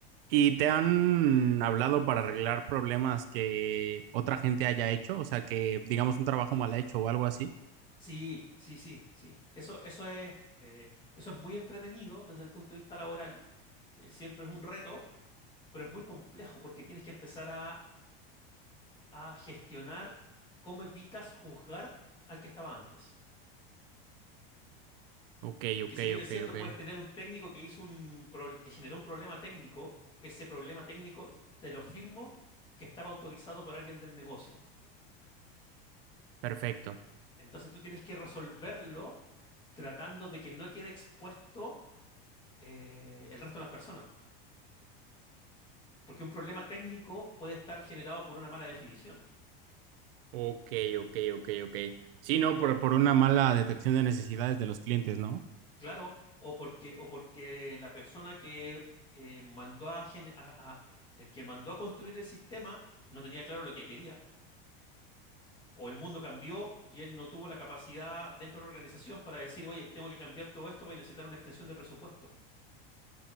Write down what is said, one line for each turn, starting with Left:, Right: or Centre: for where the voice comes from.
Right: ¿Y te han hablado para arreglar problemas que otra gente haya hecho? O sea, que digamos un trabajo mal hecho o algo así.
Left: Sí, sí, sí, sí. Eso, eso es, eh, eso es muy entretenido desde el punto de vista laboral. eh, siempre es un reto, pero es muy complejo porque tienes que empezar a a gestionar cómo evitas juzgar al que estaba antes.
Right: Ok,
Left: Porque
Right: ok,
Left: si bien
Right: ok,
Left: es cierto,
Right: ok.
Left: puedes tener un técnico que hizo un pro- que generó un problema técnico, ese problema técnico te lo firmo que estaba autorizado por alguien del negocio.
Right: Perfecto.
Left: Entonces tú tienes que resolverlo tratando de que no quede expuesto eh, el resto de las personas. Porque un problema técnico puede estar generado por una mala definición.
Right: Ok, ok, ok, ok. Sí, no, por, por una mala detección de necesidades de los clientes, ¿no?
Left: Claro, o porque, o porque la persona que eh, mandó a, gen- a- a- el que mandó a construir el sistema no tenía claro lo que quería, o el mundo cambió y él no tuvo la capacidad dentro de la organización para decir, oye, tengo que cambiar todo esto, voy a necesitar una extensión de presupuesto.